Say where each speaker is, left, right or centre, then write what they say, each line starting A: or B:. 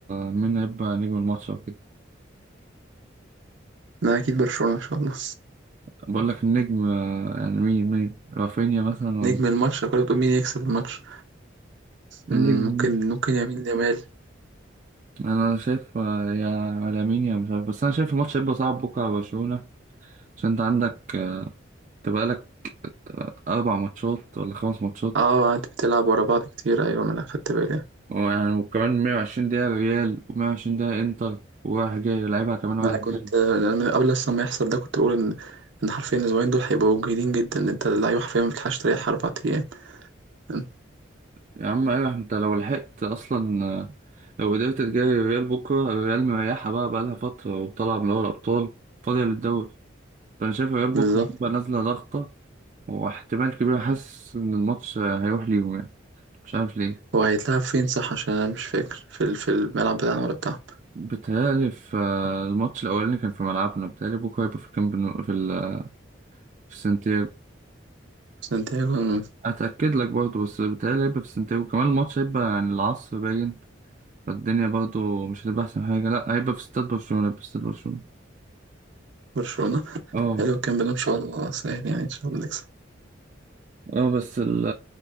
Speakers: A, on the right (about 40°); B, on the right (about 65°).
A: مين هيبقى نجم الماتش أو كده
B: لا أكيد برشلونة إن شاء الله
A: بقول لك النجم آه، يعني مين مين رافينيا مثلا ولا
B: نجم الماتش لو كنت بتقول مين يكسب الماتش
A: النجم
B: أمم، ممكن ممكن يمين يامال
A: أنا شايف آه، يا على مين يا مش عارف بس أنا شايف الماتش هيبقى صعب بكرة على برشلونة عشان أنت عندك آه، تبقى لك آه، أربع ماتشات ولا خمس ماتشات
B: اه قعدت بتلعب ورا بعض كتير ايوه ما انا خدت بالي
A: ويعني وكمان 120 دقيقة ريال و120 دقيقة انتر ورايح جاي يلعبها كمان رايح
B: ما انا كنت
A: جاي
B: أنا من قبل اصلا ما يحصل ده كنت بقول ان ان حرفيا الاسبوعين دول هيبقوا جيدين جدا ان انت اللعيبه حرفيا ما بتلحقش تريح اربع ايام أمم.
A: يا عم ايوه انت لو لحقت اصلا آه، لو قدرت تجاري الريال بكرة الريال مريحة بقى بقالها فترة وطالعة من دوري الأبطال فاضية للدوري فأنا شايف الريال بكرة
B: بالظبط
A: هتبقى نازلة ضغطة واحتمال كبير حاسس إن الماتش آه، هيروح ليهم يعني مش عارف ليه
B: هو هيتلعب فين صح عشان انا مش فاكر في ال- في الملعب بتاعنا ولا بتاعهم
A: بيتهيألي في آه، الماتش الأولاني كان في ملعبنا بيتهيألي بكرة هيبقى في الكامب نو في, ال- في السنتير
B: سانتياغو من
A: اتاكد لك برضه بس بتهيألي هيبقى في سنتياجو كمان الماتش هيبقى عن العصر باين فالدنيا برضه مش هتبقى احسن حاجه لا هيبقى في استاد برشلونه هيبقى في استاد برشلونه
B: برشلونة
A: اه
B: حلو الكلام ده ان شاء الله سهل يعني ان شاء الله نكسب
A: اه بس ال-